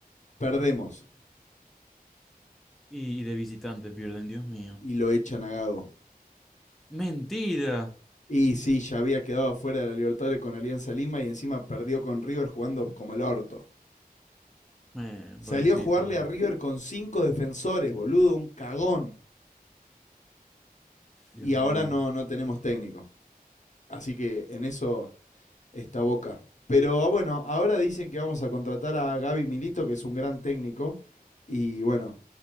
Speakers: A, on the left; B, in the centre.
A: Perdemos
B: Y, y de visitante pierden, Dios mío.
A: y lo echan a Gago.
B: Mentira.
A: Y sí, ya había quedado fuera de la Libertadores con Alianza Lima y encima perdió con River jugando como el orto.
B: Eh,
A: Salió
B: pobrecito,
A: a jugarle
B: la-
A: a River con cinco defensores, boludo, un cagón.
B: Dios
A: Y ahora
B: mío.
A: no, no tenemos técnico. Así que en eso está Boca. Pero ah, bueno, ahora dicen que vamos a contratar a Gaby Milito, que es un gran técnico. Y bueno,